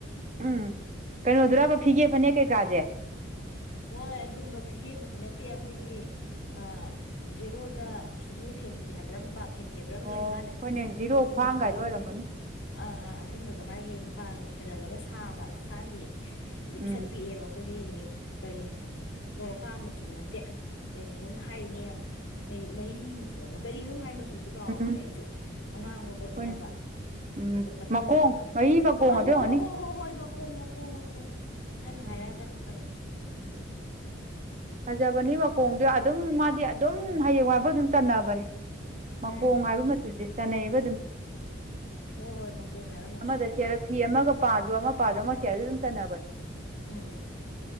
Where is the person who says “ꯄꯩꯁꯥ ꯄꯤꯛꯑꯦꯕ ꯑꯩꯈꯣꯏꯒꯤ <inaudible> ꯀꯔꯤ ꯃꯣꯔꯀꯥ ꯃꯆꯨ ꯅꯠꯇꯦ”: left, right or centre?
Left